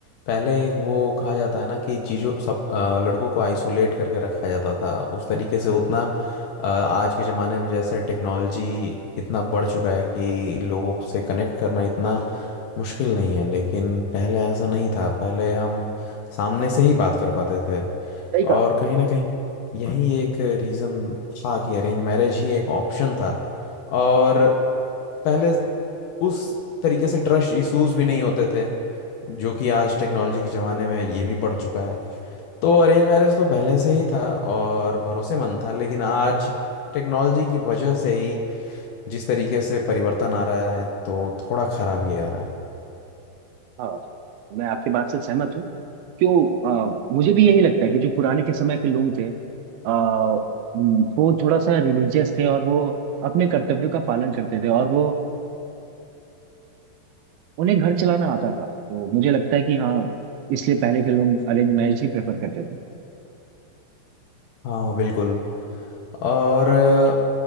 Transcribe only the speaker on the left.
पहले एक वो कहा जाता है ना कि चीज़ों सब अ, लड़कों को आइसोलेट करके रखा जाता था उस तरीके से उतना अ, आज के ज़माने में जैसे टेक्नोलॉजी इतना बढ़ चुका है कि लोगों से कनेक्ट करना इतना मुश्किल नहीं है लेकिन पहले ऐसा नहीं था पहले हम सामने से ही बात कर पाते थे
और
कहीं ना कहीं यही एक रीज़न था कि अरेंज मैरिज ही एक ऑप्शन था और पहले उस तरीके से ट्रस्ट इश्यूज भी नहीं होते थे जो कि आज टेक्नोलॉजी के ज़माने में ये भी बढ़ चुका है तो अरेंज मैरिज तो पहले से ही था और भरोसेमंद था लेकिन आज टेक्नोलॉजी की वजह से ही जिस तरीके से परिवर्तन आ रहा है तो थोड़ा खराबी आ रहा है
हाँ बिल्कुल और अ,